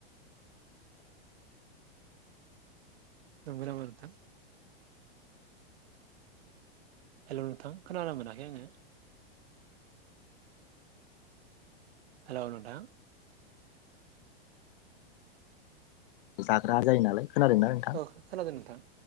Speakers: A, on the right; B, on the left.
A: नंगौ नामा नोंथां हेल' नोंथां खोनानो मोनाखै आङो हेल' नोंथां
B: जाग्रा जायो नालाय खोनादोंना नोंथां
A: औ खोनादों नोंथां